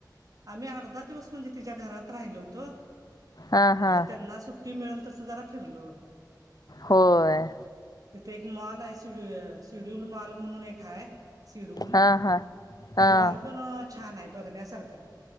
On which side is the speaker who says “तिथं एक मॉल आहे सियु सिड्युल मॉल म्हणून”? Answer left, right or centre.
Right